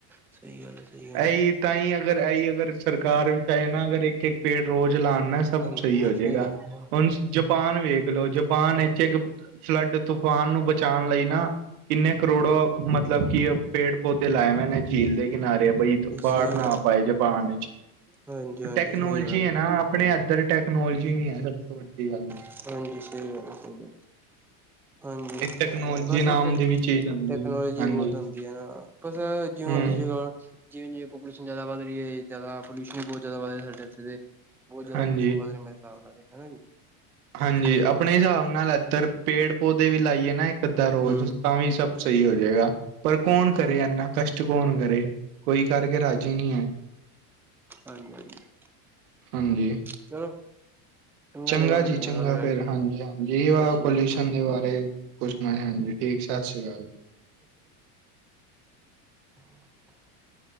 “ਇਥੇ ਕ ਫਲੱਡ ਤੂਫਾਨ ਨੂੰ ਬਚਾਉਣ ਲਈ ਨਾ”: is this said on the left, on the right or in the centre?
Right